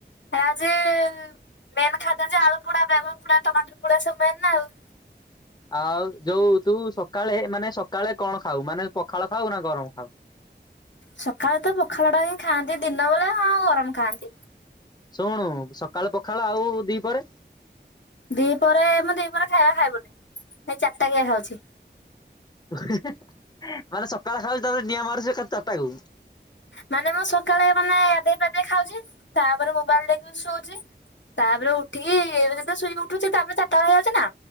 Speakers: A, on the left; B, on the left.
A: ହେ ଯେ ମେନ୍ ଖାଦ୍ୟ ଯେ ଆଳୁ ପୋଡାେଗାମ ପଡା ଟମାଟର ପୋଡା ସବୁ ମନ ନା ଆଉ।
B: ଆଉ ଯୋଉ ତୁ ସକାଳେ ମାନେ ସକାଳେ କଣ ଖାଉ ମାନେ ପଖାଳ ଖାଉ ନା ଗରମ ଖାଉ।
A: ସକାଳେ ତ ପଖାଳଟା ହଁ ଖାଆନ୍ତି ଦିନ ବେଳେ ଆଉ ଗରମ ଖାଆନ୍ତି।
B: ଶୁଣୁ ସକାଳ ପଖାଳ ଆଉ ଦି ପରେ।
A: ଦି ପରେ ମୁଁ ଦି ପରେ ଖାଇବା ଖାଇବୁନି ଏଇ ଚାରିଟା କିିଆ ଖାଉଛି।
B: ମାନେ ସକାଳ ଖାଉଛି ତାପରେ ନିଆଁ ମାରୁଛି ଚାରିଟା କକୁ।
A: ମାନେ ମୁଁ ସକାଳେ ମାନେ ଆଦେଇ ପାଦେଇ ଖାଉଛି ତାପରେ ମୋବାଇଲ ଦେଖିକି ଶୋଉଛି। ତାପରେ ଉଠିକି ଏବେ ଯେବେ ଶୋଇକି ଉଠୁଛି ତାପରେ ଚାଟାଳ ହେଇଯାଉଛି ନା